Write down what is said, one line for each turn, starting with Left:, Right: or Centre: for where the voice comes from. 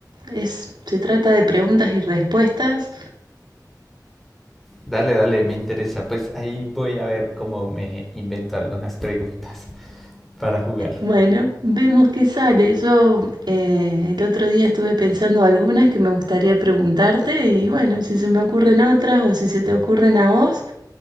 Right: es, se trata de preguntas y respuestas.
Centre: Dale, dale, me interesa. Pues ahí voy a ver cómo me invento algunas preguntas para jugar.
Right: Bueno, vemos qué sale. Yo eh, el otro día estuve pensando algunas que me gustaría preguntarte y bueno, si se me ocurren otras o si se te ocurren a vos,